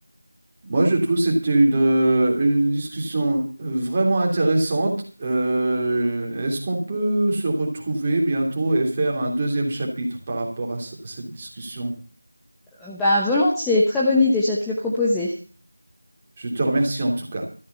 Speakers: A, on the right (about 20°); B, in the centre.
A: Moi, je trouve que c'était une, euh, une discussion euh, vraiment intéressante. Euh, est-ce qu'on peut se retrouver bientôt et faire un deuxième chapitre par rapport à ce- à cette discussion?
B: Euh, Ben, volontiers. Très bonne idée, je vais te le proposer.
A: Je te remercie en tout cas.